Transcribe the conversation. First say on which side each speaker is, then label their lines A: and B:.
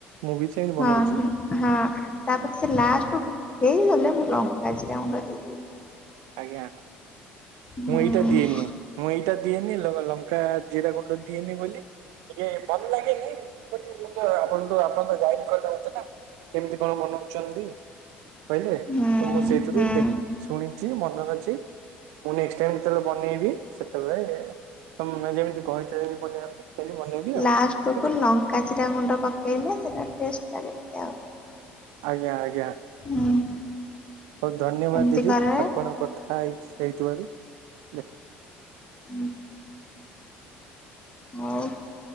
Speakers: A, on the right (about 80°); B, on the left (about 20°).
A: ମୁଁ ବି ସେମିତି
B: ହଁ
A: ବନଉଛି
B: ହଁ।
A: ନା
B: ହଁ ତାପରେ ସେ ଲାଷ୍ଟ କୁ ହେଇଗଲେ ମୁଁ ଲଙ୍କା ଜିରାଗୁଣ୍ଡ ଦେଇଦେବି।
A: ଆଜ୍ଞା।
B: ହୁଁ
A: ମୁଁ ଏଇଟା ଦିଏନି ମୁଁ ଏଇ ଏଇଟା ଦିଏନି ଲଙ୍କା ଜିରା ଗୁଣ୍ଡ ଦିଏନି ବୋଲି ଟିକେ ଭଲ ଲାଗେନି ବାକି ମୁଁ ତ ଆପଣ ତ ଆପଣ ତ ଗାଇଡ୍ କରିଲେ ମତେ କେମତି କଣ ବନଉଚନ୍ତି? କହିଲେ ତ
B: ହୁଁ
A: ମୁଁ ସେଇଥିରୁ
B: ହୁଁ
A: ଦେଖ ଶୁଣି ଚି ମନରେ ଅଛି। ମୁଁ ନେକ୍ସଟ୍ ଟାଇମ୍ ଯେତେବେଳେ ବନେଇବି ସେତେବେଳେ ତମେ ଯେମିତି କହିଛ ଯେମିତି ବନେଇବା ପାଇଁ ସେମିତି ବନେଇବି ଆଉ
B: ଲାଷ୍ଟକୁୁ
A: ବୁଝିଲେ
B: ଲଙ୍କା ଜିରାଗୁଣ୍ଡ ପକେଇଲେ ସେଟା ଟେଷ୍ଟ ଲାଗେ ଟିକେ ଆଉ।
A: ଆଜ୍ଞା ଆଜ୍ଞା। ହଉ
B: ହୁଁ
A: ଧନ୍ୟବାଦ
B: ଏମିତି
A: ଦିଦି
B: କରେ
A: ଆପଣ କଥା ହେଇଚି ହେଇଥିବାରୁ। <unintelligible>
B: ହୁଁ। ହଉ